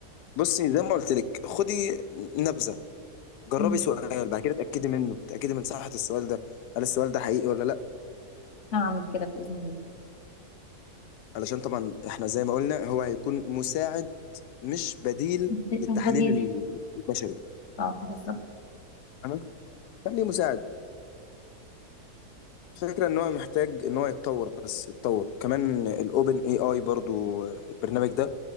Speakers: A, on the left (about 90°); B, on the left (about 55°).
A: بصي زي ما قلت لك خدي نبذه جربي
B: مم.
A: سؤال بعد كده اتاكدي منه اتاكدي من صحه السؤال ده هل السؤال ده حقيقي ولا لا
B: هعمل كده باذن الله
A: علشان طبعا احنا زي ما قلنا هو هيكون مساعد مش بديل
B: بت-
A: للتحليل
B: مش بديل
A: البشري
B: اه بالظبط
A: تمام خليه مساعد الفكرة ان هو محتاج ان هو يتطور بس يتطور كمان الاوبن اي اي برضو البرنامج ده